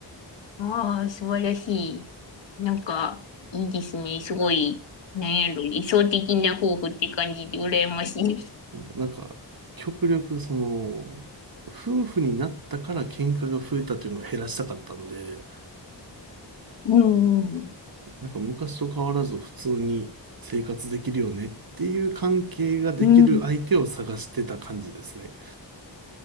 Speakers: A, on the left; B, on the right.
A: ああ、素晴らしい。なんか、いいですね。すごい、なんやろ、理想的な夫婦って感じで羨ましいです。
B: なんか、極力、その、夫婦になったから喧嘩が増えたっていうのを減らしたかったんで、
A: うんうん
B: なんか昔と変わらず普通に生活できるよねっていう関係ができる相手を探してた感じですね。
A: うん。うん。